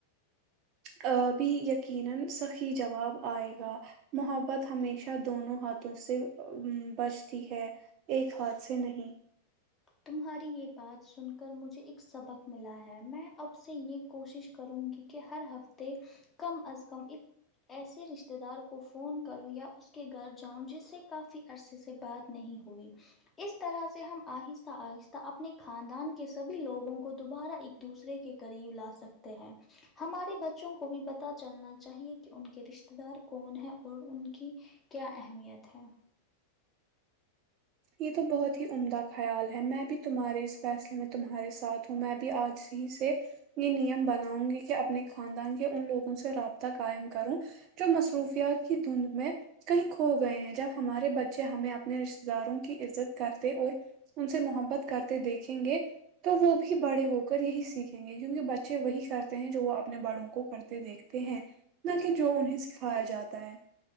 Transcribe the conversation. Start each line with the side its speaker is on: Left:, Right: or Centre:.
Right: کا بھی یقینا صحیح جواب آئے گا محبت ہمیشہ دونوں ہاتھوں سے امم بچتی ہے ایک ہاتھ سے نہیں
Left: تمہاری یہ بات سن کر مجھے ایک سبق ملا ہے میں اب سے یہ کوشش کروں گی کہ ہر ہفتے کم از کم ایک ایسے رشتے دار کو فون کروں یا اس کے گھر جاؤں جس سے کافی عرصے سے بات نہیں ہوئی اس طرح سے ہم آہست آہستہ آہستہ اپنے خاندان کے سبھی لوگوں کو دوبارہ ایک دوسرے کے قریب لا سکتے ہیں ہمارے بچوں کو بھی پتا چلنا چاہیے کہ ان کے رشتے دار کون ہیں اور ان کی کیا اہمیت ہے
Right: یہ تو بہت ہی عمدہ خیال ہے میں بھی تمہارے اس فیصلے میں تمہارے ساتھ ہوں میں بھی آج ہی سے یہ نیم بناؤں گی کہ اپنے خاندان کے ان لوگوں سے رابطہ قائم کروں جو مصروفیات کی دھند میں کہیں کھو گئے ہیں جب ہمارے بچے ہمیں اپنے رشتتے داروں کی عزت کرتے اور ان سے محبت کرتے دیکھیں گے تو وہ بھی بڑے ہو کر یہی سیکھیں گے کیونکہ بچے وہی کرتے ہیں جو وہ اپنے بڑوں کو کرتے دیکھ تے ہیں نہ کہ جو انہیں سکھایا جاتا ہے